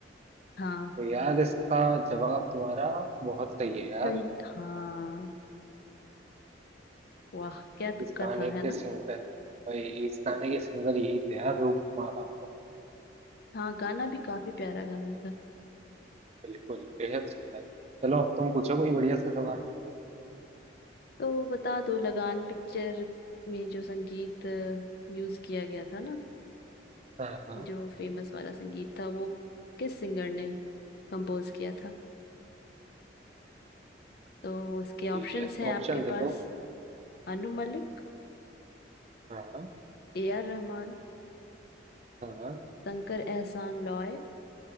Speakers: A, on the left; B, on the right.
A: हाँ
B: तो यार इसका जवाब तुम्हारा बहुत सही है यार
A: सही हाँ वाह क्या तुक्का
B: इस गाने
A: था
B: के
A: है ना
B: सिंगर भाई इस गाने के सिंगर यही थे यार रूप कुमार राठौड़
A: हाँ गाना भी काफी प्यारा गाना था
B: बिल्कुल बेहद सुंदर चलो अब तुम पूछो कोई बढ़िया सा सवाल
A: तो बता दो लगान पिक्चर में जो संगीत यूज किया गया था ना
B: हाँ हाँ
A: जो फेमस वाला संगीत था वो किस सिंगर ने कंपोज किया था तो इसके ऑप्शंस
B: ठीक है
A: हैं
B: ऑप्शन
A: आपके
B: दे
A: पास
B: दो
A: अनु मलिक
B: हाँ
A: ए आर रहमान
B: हाँ
A: शंकर एहसान लॉय